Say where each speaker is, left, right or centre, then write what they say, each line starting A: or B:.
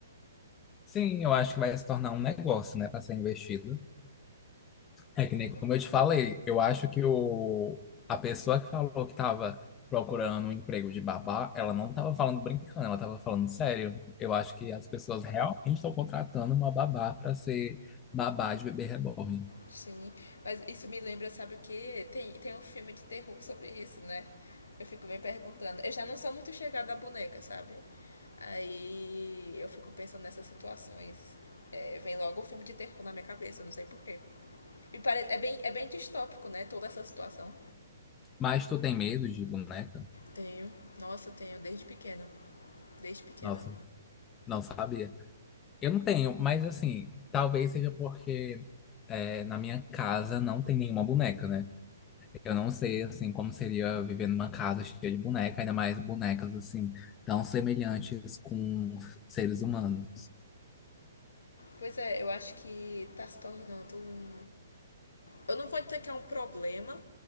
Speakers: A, on the left; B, on the left.
A: Sim, eu acho que vai se tornar um negócio, né, para ser investido. É que nem
B: Concordo.
A: como eu te falei, eu acho que o, a pessoa que falou que estava procurando um emprego de babá, ela não estava falando brincando, ela estava falando sério. Eu acho que as pessoas realmente estão contratando uma babá para ser babá de bebê reborn.
B: Sim, mas isso me lembra, sabe o quê? Tem, tem um filme de terror sobre isso, né? Eu fico me perguntando. Eu já não sou muito chegada à boneca, sabe? Aí eu fico pensando nessas situações. É, vem logo o filme de terror na minha cabeça, eu não sei porquê. E parece, é, bem, é bem distópico, né? Toda essa situação.
A: Mas tu tem medo de boneca?
B: Tenho. Nossa, eu tenho desde pequena. Desde pequena.
A: Nossa, não sabia. Eu não tenho, mas assim, talvez seja porque é, na minha casa não tem nenhuma boneca, né? Eu não sei, assim, como seria viver numa casa cheia de boneca, ainda mais bonecas, assim, tão semelhantes com seres humanos.
B: Pois é, eu acho que tá se tornando um. Eu não vou dizer que é um problema,